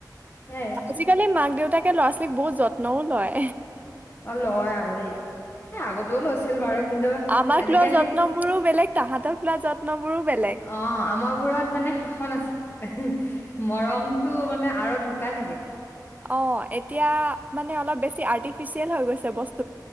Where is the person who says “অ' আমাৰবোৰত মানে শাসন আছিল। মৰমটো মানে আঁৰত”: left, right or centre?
Left